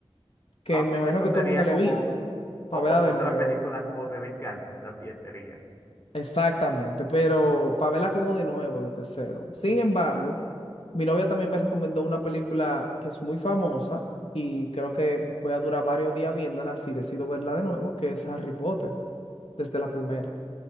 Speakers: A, on the left; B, on the left.
A: que
B: Ah,
A: me
B: sí,
A: imagino
B: eso
A: que
B: sería
A: todo el mundo la
B: como
A: ha visto, para
B: o- o-
A: verla de
B: otra
A: nuevo.
B: película como de venganza <laughs> también sería.
A: Exactamente, pero para verla como de nuevo, desde cero. Sin embargo, mi novia también me recomendó una película que es muy famosa y creo que voy a durar varios días viéndola si decido verla de nuevo, que es Harry Potter, desde la primera.